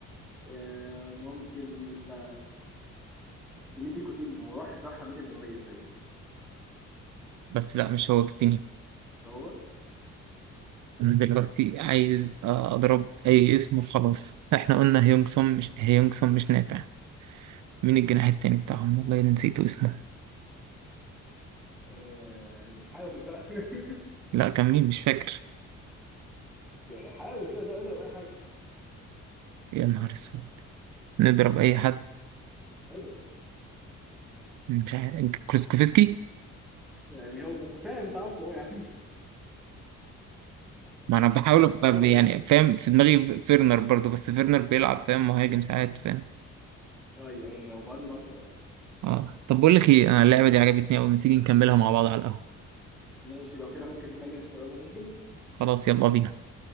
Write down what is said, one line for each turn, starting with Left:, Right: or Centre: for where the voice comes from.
Centre: آه، ممكن يبقى فيليبي كوتينيو هو راح ضحى امريكا الجنوبيه تقريبا
Right: بس لا مش هو كتير
Centre: مش هو
Right: انا دلوقتي عايز آه، اضرب اي اسم وخلاص احنا قلنا هيونغسون مش هيونغسون مش نافع مين الجناح التاني بتاعهم والله أنا نسيته اسمه
Centre: آه، يعني حاول بقى <laughs>
Right: لا كان مين مش فاكر
Centre: يعني حاول كده ده اقدر اي حاجه
Right: يا نهار اسود نضرب اي حد
Centre: اقدر
Right: مش عارف كروسكوفسكي
Centre: يعني هو ما انت فاهم انت عارف هو يعني
Right: ما انا بحاول
Centre: <laughs>
Right: ب-
Centre: هو
Right: يعني فاهم في دماغي فيرنر برضو بس فيرنر بيلعب فاهم مهاجم ساعات فاهم
Centre: ايوه يعني هو مهاجم اكتر
Right: اه طب بقول لك ايه انا اللعبة دي عجبتني قوي ما تيجي نكملها مع بعض على القهوة
Centre: ماشي لو كده ممكن نكلم الشباب وننزل
Right: خلاص يلا بينا